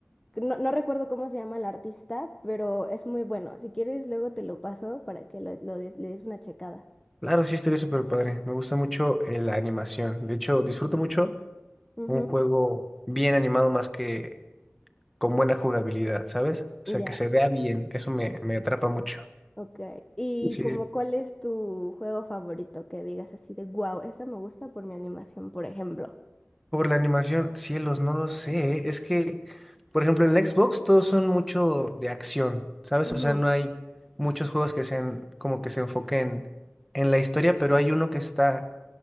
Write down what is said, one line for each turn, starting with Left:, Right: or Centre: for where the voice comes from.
Left: que No, no recuerdo cómo se llama el artista, pero es muy bueno. Si quieres, luego te lo paso para que lo, lo des- le des una checada.
Centre: Claro, sí, estaría súper padre. Me gusta mucho eh, la animación. De hecho, disfruto mucho
Left: Ujú,
Centre: un juego bien animado más que con buena jugabilidad, ¿sabes? O
Left: Ya,
Centre: sea, que se vea bien. Eso me, me atrapa mucho.
Left: ok. ¿Y
Centre: Sí,
Left: como
Centre: sí.
Left: cuál es tu juego favorito que digas así de, wow, esa me gusta por mi animación, por ejemplo?
Centre: por la animación, cielos, no lo sé. ¿eh? Es que, por ejemplo, en la Xbox todos son mucho de acción, ¿sabes?
Left: Ujú,
Centre: O sea, no hay muchos juegos que sean como que se enfoquen en la historia, pero hay uno que está